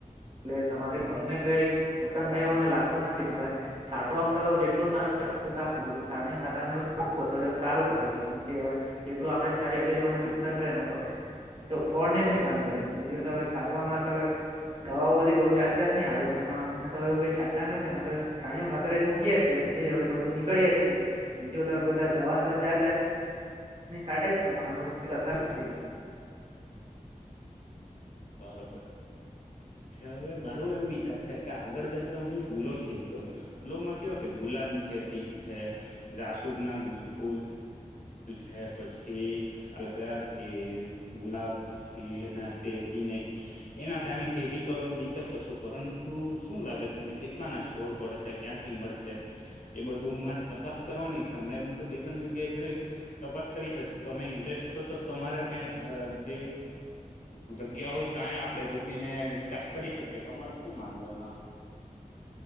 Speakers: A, on the right; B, on the left.
A: એટલે તમારી ફળ ને કઈ નુકસાન થયું, મને લાગતું નથી. હવે છાંટવા માટે જેટલું ના <unintelligible> છાણીયા ખાતર ને નાખો તો એ સારું પડે, કેમ કે અવે જેટલું આપડે છાડીએ ને નુકસાન રેહ ને જો ફળને ભી નુકસાન કરે છે, બીજુંવે છાંટવામાં દવાઓ બધી બોવ જાત જાત ની આવે છે, પણ અમે તો એવું કઈ છાટતા નથી, અમે તો છાણીઓ ખાતર જ મૂકીએ છીએ જ હવે બધું નીકળીે, બીજું તો બધા દવા તો જાત જાતની છાંટેજ છે. પણ અવે એવું કરતા નથી.
B: બરોબર અચ્છા, હવે મારું એમ વિચાર છે કે આગળ જતા હું ફૂલો ખેરી કરું. ફૂલોમાં કેવા કે ગુ લાબની ખેતી છે, જાસુરના ફૂલ છે, પછી <unintelligible> કે ગુડા પછી સેવટી એના બધાની ખેતી કરો એમ વિચારતો પરંતુ શું લાગે તમને કેટલા ના છોડ. પડશે ક્યાંથી મળશે એ બ તો મારે તપાસ કરવાની છે, અમે એમ તો બે ત્રણ જગ્યાએ જોઈ તપાસ કરી છે. તમે ઇન્ટરેસ્ટ છો તો તમારા <unintelligible> જે જગ્યા હોય ત્યાંય આપણે રો આપીને વિકાસ કરી શકીએ તો અર શું માનવું એમાં.